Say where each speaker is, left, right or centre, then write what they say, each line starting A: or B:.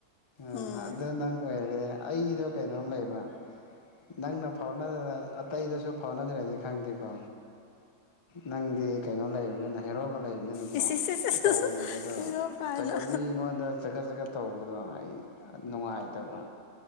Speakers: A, on the left; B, on the left.
A: ꯑꯥ
B: ꯎꯝ
A: ꯑꯗ ꯅꯪ ꯑꯣꯏꯈꯔ‌ꯦ ꯑꯩꯗꯣ ꯀꯩꯅꯣꯝ ꯂꯩꯕ ꯅꯪꯅ ꯐꯥꯎꯅ ꯑꯥ ꯑꯇꯩꯗꯁꯨ ꯐꯥꯎꯅꯗ꯭ꯔꯗꯤ ꯈꯪꯗ‌ꯦꯀꯣ ꯅꯪꯗꯤ ꯀꯩꯅꯣ ꯂꯩꯕꯅꯤꯅ ꯍꯦꯔꯣꯒ ꯂꯩ ꯑꯗꯨꯅꯀꯣ
B: ꯏꯁ ꯏꯁ ꯏꯁ
A: ꯇꯧꯕꯗ
B: ꯏꯁ ꯍꯦꯔꯣ ꯀꯥꯏꯅ
A: ꯆꯒꯠ ꯃꯤꯉꯣꯟꯗ ꯆꯒꯠ ꯆꯒꯠ ꯇꯧꯕꯗꯣ ꯑꯩ ꯑ ꯅꯨꯡꯉꯥꯏꯇꯕ